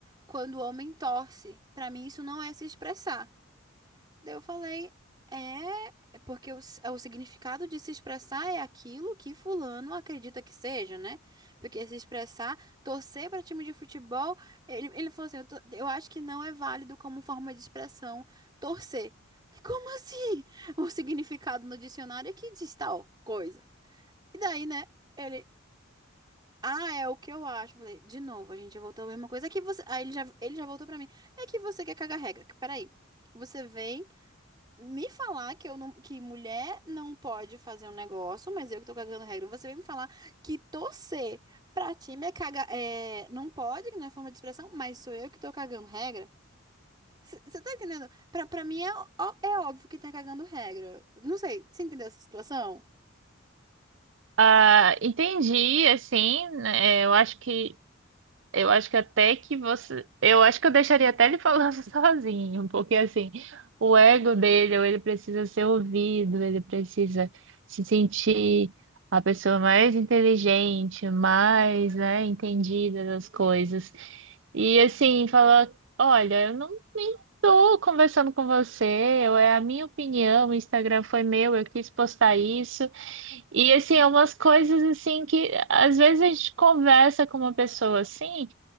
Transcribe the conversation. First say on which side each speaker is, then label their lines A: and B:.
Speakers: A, on the right (about 20°); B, on the right (about 60°).
A: quando o homem torce. Pra mim, isso não é se expressar. Daí eu falei, é, é porque o, s- o significado de se expressar é aquilo que fulano acredita que seja, né? Porque se expressar, torcer para time de futebol, ele, ele falou assim, eu, tô- eu acho que não é válido como forma de expressão torcer. Falei, Como assim? O significado no dicionário é que diz tal coisa. E daí, né, ele... Ah, é o que eu acho. Eu Falei, de novo, a gente voltou a mesma coisa. É que você... Aí ele já, ele já voltou pra mim. É que você quer cagar regra. Peraí. Você vem me falar que eu não, que mulher não pode fazer um negócio, mas eu que tô cagando regra. Você vem me falar que torcer pra time é cagar, é, não pode, que não é forma de expressão, mas sou eu que tô cagando regra? Você tá entendendo? Pra, pra mim é, ó- é óbvio que tá cagando regra. Não sei, você entendeu essa situação?
B: Ah, entendi, assim, né, eu acho que Eu acho que até que você. Eu acho que eu deixaria até ele falando <laughs> sozinho, porque assim, o ego dele, ou ele precisa ser ouvido, ele precisa se sentir a pessoa mais inteligente, mais, né, entendida das coisas. E assim, falar: olha, eu não nem tô conversando com você, eu, é a minha opinião, o Instagram foi meu, eu quis postar isso. E assim, é umas coisas assim que às vezes a gente conversa com uma pessoa assim.